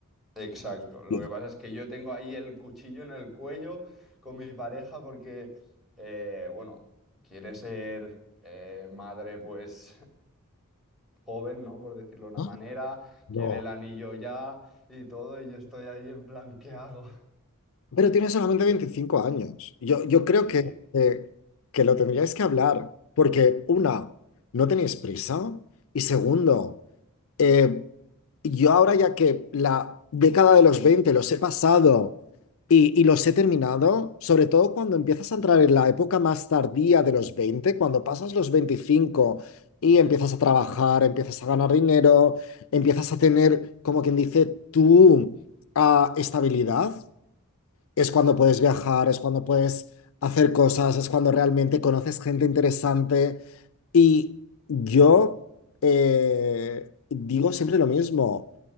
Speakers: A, in the centre; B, on the left.
A: Exacto. Lo
B: Bien.
A: que pasa es que yo tengo ahí el cuchillo en el cuello con mi pareja porque, eh, bueno, quiere ser eh, madre pues joven, ¿no? Por decirlo de una
B: Ah,
A: manera,
B: No.
A: quiere el anillo ya y todo y yo estoy ahí en plan, ¿qué hago?
B: Pero tiene solamente 25 años. Yo, yo creo
A: Sí.
B: que, que, que lo tendríais que hablar, porque una, no tenéis prisa, y segundo, eh, yo ahora ya que la década de los 20 los he pasado y, y los he terminado, sobre todo cuando empiezas a entrar en la época más tardía de los 20 cuando pasas los 25 y empiezas a trabajar, empiezas a ganar dinero, empiezas a tener, como quien dice, tu ah, estabilidad es cuando puedes viajar, es cuando puedes hacer cosas, es cuando realmente conoces gente interesante. Y yo eh, digo siempre lo mismo.